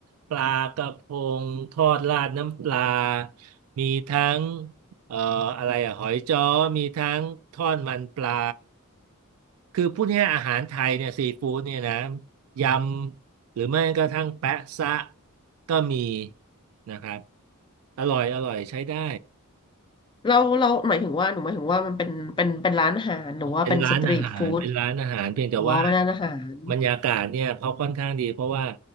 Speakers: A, on the right; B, on the left.
A: ปลากระพงทอดราดน้ำปลา มีทั้งเอ่ออะไรอะหอยจ้อมีทั้งทอดมันปลาคือพูดง่ายๆอาหารไทยเนี่ยซีฟู้ดเนี่ยนะยำหรือไม่กระทั่งแปะซะก็มีนะครับอร่อยอร่อยใช้ได้
B: เราเราหมายถึงว่าหนูหมายถึงว่ามันเป็นเป็นเป็นร้านอาหารหรือว่าเป็นสตรีทฟู้ด
A: เป็นร้านอาหารเป็นร้านอาหารเพียงแต่ว่า
B: อ๋อเป็นร้านอาหาร
A: บรรยากาศเนี่ยเขาค่อนข้างดีเพราะว่า